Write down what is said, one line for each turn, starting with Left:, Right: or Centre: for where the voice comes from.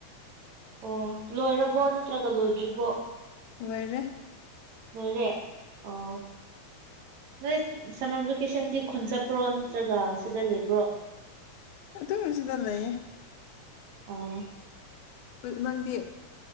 Right: ꯑꯣ ꯂꯣꯏꯔꯕꯣ ꯅꯠꯇ꯭ꯔꯒ ꯂꯣꯏꯗ꯭ꯔꯤꯕꯣ
Left: ꯂ‌ꯣꯏꯔꯦ
Right: ꯂ‌ꯣꯏꯔꯦ ꯑꯣ ꯅꯣꯏ ꯁꯝꯃꯔ ꯚꯦꯀꯦꯁꯟꯗꯤ ꯈꯨꯟ ꯆꯠꯄ꯭ꯔꯣ ꯅꯠꯇ꯭ꯔꯒ ꯁꯤꯗ ꯂꯩꯕ꯭ꯔꯣ <unintelligible>
Left: ꯑꯗꯨꯝ ꯁꯤꯗ ꯂꯩꯌꯦ
Right: ꯑ
Left: ꯅꯪꯗꯤ